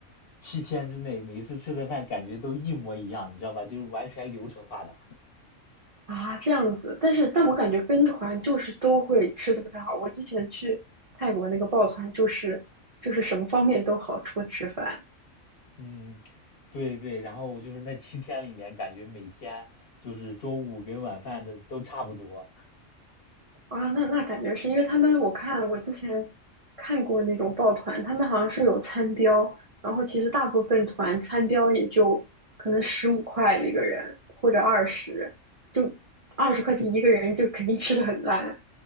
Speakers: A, on the left; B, on the right.
A: 七天之内，每一次吃的饭感觉都一模一样，你知道吧？就是完全流程化的。
B: 啊，这样子。但是，但我感觉跟团就是都会吃的不太好。我之前去泰国那个抱团，就是就是什么方面都好，除了吃饭。
A: 嗯，对对。然后就是那七天里面，感觉每天就是中午跟晚饭的都差不多。
B: 啊，那那感觉是因为他们，我看我之前看过那种抱团，他们好像是有餐标，然后其实大部分团餐标也就可能十五块一个人或者二十，就二十块钱一个人就肯定吃的很烂